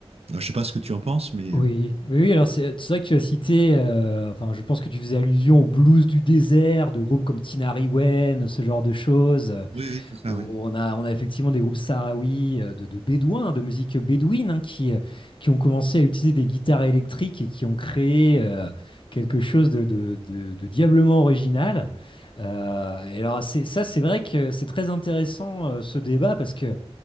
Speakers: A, on the right (about 70°); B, on the left (about 50°).
A: Alors, je ne sais pas ce que tu en penses, mais
B: Oui, oui, oui, alors c'est c'est vrai que tu as cité, euh, enfin je pense que tu faisais allusion aux blues du désert, de groupes comme Tinari Wen, ce genre de choses, euh,
A: oui oui c'est ça
B: où
A: ouais.
B: on a, on a effectivement des groupes sahraouis, euh, de, de bédouins, de musique bédouine, hein, qui, euh, qui ont commencé à utiliser des guitares électriques et qui ont créé euh, quelque chose de, de, de- de diablement original. Euh, et alors c'est- ça c'est vrai que c'est très intéressant euh, ce débat parce que